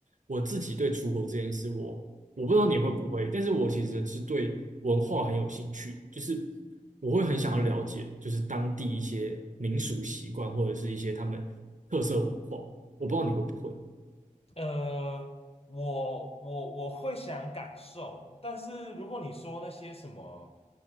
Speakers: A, on the right (about 65°); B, on the left (about 45°).
A: 我自己对出国这件事，我我不知道你会不会，但是我其实是对文化很有兴趣，就是我会很想要了解，就是当地一些民俗习惯或者是一些他们特色文化，我不知道你会不会。
B: 呃，我我我会想感受，但是如果你说那些什么